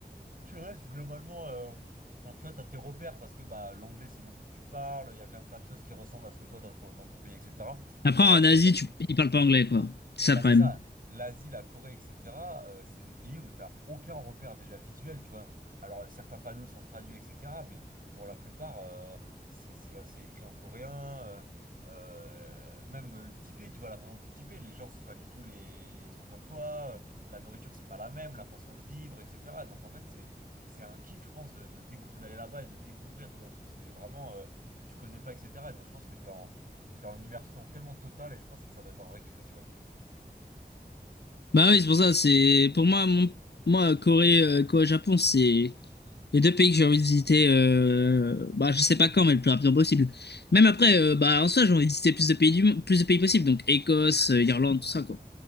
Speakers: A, on the right; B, on the left.
A: tu restes globalement... euh, Enfin, tu vois, t'as tes repères parce que bah, l'anglais, c'est une langue que tu parles, il y a quand même plein de choses qui ressemblent à ce que toi, t'as ton- dans ton pays, etc.
B: Après, en
A: Alors
B: Asie,
A: que la-
B: tu, ils parlent pas anglais, quoi. C'est
A: bah
B: ça le problème.
A: c'est ça, l'Asie, la Corée, etc., euh, c'est des pays où t'as aucun repère déjà visuel, tu vois. Alors euh, certains panneaux sont traduits, etc., mais pour la plupart, euh, c'est c'est- c'est écrit en coréen, euh, euh, même euh, typé, tu vois, la façon dont t'es typé, les gens, c'est pas du tout les... Ils sont comme toi, euh, la nourriture, c'est pas la même, la façon de vivre, etc. Donc en fait, c'est c'est un kiff, je pense, de, de découvrir, d'aller là-bas et de découvrir, tu vois, parce que c'est vraiment... euh, tu connais pas, etc. Et donc je pense que t'es en, t'es en immersion tellement totale et je pense que ça doit être un vrai kiff aussi, ouais.
B: Bah oui, c'est pour ça, c'est pour moi, mon- moi Corée, euh, Corée-Japon, c'est les deux pays que j'ai envie de visiter. euh, Bah, je sais pas quand, mais le plus rapidement possible. Même après, euh, bah en soi, j'ai envie de visiter plus de pays du... mo- plus de pays possible, donc Écosse, euh, Irlande, tout ça, quoi.